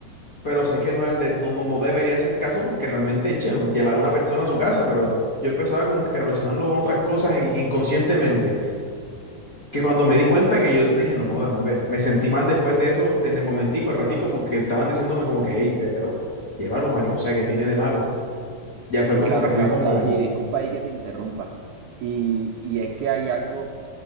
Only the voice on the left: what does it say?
pero sé que no, era- no, no, no debería hacer caso porque realmente, che, llevar a una persona a su casa, pero yo empezaba como que a relacionarlo con otras cosas i- inconscientemente. que cuando me di cuenta que yo dije, no joda, no, ve, me sentí mal después de eso, en el momentico, al ratico, porque estaban diciéndome como que, hey, pero llévalo, marico, o sea, que tiene de malo? Ya fue
como
que fui
como,